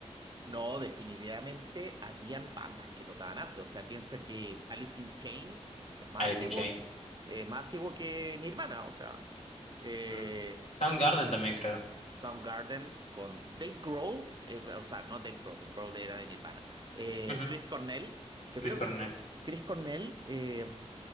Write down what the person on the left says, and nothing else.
Alice
in Chains.
Mm. Soundgarden también creo.
Ujú.
Chris
Cornell.